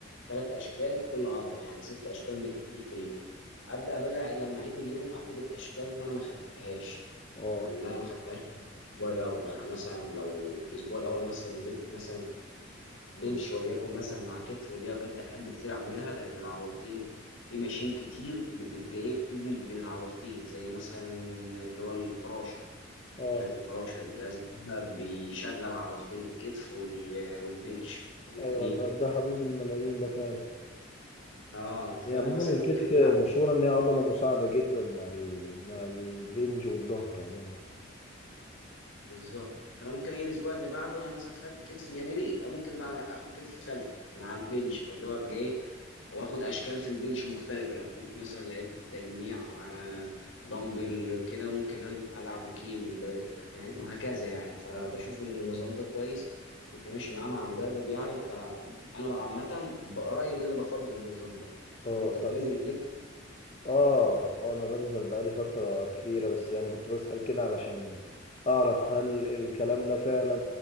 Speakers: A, on the left (about 75°); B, on the left (about 35°).
A: ثلاث اشكال في كل عضله يعني ست اشكال بالكتير في اليوم ابدا بقى لما اعيد اليوم اخد الاشكال اللي انا ما خدتهاش
B: اه
A: يعني اللي انا ما خدتهاش الاسبوع الاول يعني مثلا لو الاسبوع الاول مثلا نزلت مثلا بنش وليكن مثلا مع كتف ودي اوجات بحب كتير اعملها لان العضلتين في ماشين كتير بتبقى ايه بتدمج بين العضلتين زي مثلا اللي هو الفراشه
B: اه
A: جهاز الفراشة الجهاز ده بيشغل عضلتين الكتف وال- والبنش الاتنين
B: ايوه ده ده حبيب الملايين ده فعلا
A: اه فانا
B: هي عموما
A: مثلا
B: الكتف
A: ممكن اجي
B: مشهوره
A: بعد
B: ان هي عضله مساعده جدا مع ال... مع البنج والظهر عموما
A: بالظبط فانا ممكن اجي الاسبوع اللي بعده انا مثلا خدت كتف جانبي ممكن بقى اخد كتف خلفي مع البنش فاللي هو ابقى ايه واخد اشكال في البنش مختلفه لو كنت مثلا لعبت تجميع آه، دمبل كده ممكن العبه كيب والبدل انت فاهم وهكذا يعني فبشوف ان النظام ده كويس كنت ماشي معاه مع مدرب يعني فانا بقى عامه برايي ان انا بفضل النظام ده
B: اه
A: انت بتنزل
B: طب
A: الجيم
B: اه اه انا بنزل بقالي فتره كبيره بس يعني كنت بسأل كده علشان اعرف هل الكلام ده فعلا